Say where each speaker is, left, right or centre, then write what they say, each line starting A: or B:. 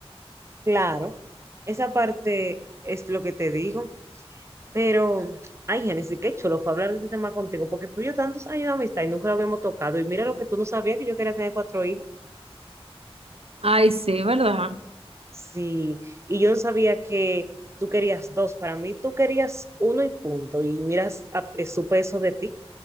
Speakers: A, on the right; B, on the right.
A: claro, esa parte es lo que te digo, pero, ay, Génesis, qué chulo fue hablar de este tema contigo, porque tú y yo tantos años de amistad y nunca lo habíamos tocado, y mira lo que tú no sabías que yo quería tener cuatro hijos.
B: Ay, sí, ¿verdad?
A: Sí, y yo no sabía que tú querías dos. Para mí, tú querías uno y punto. Y miras, a- eh, supe eso de ti,